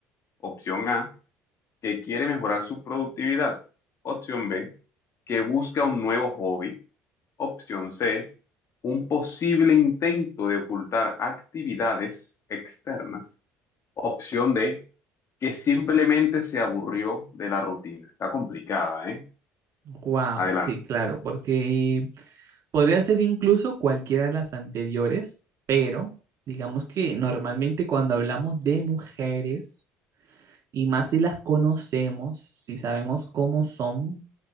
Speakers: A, on the left; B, on the right.
A: Opción A, que quiere mejorar su productividad. Opción B, que busca un nuevo hobby. Opción C, un posible intento de ocultar actividades externas. Opción D, que simplemente se aburrió de la rutina. Está complicada, ¿eh?
B: Wow,
A: Adelante.
B: sí, claro, porque podría ser incluso cualquiera de las anteriores, pero digamos que normalmente cuando hablamos de mujeres, Y más si las conocemos, si sabemos cómo son,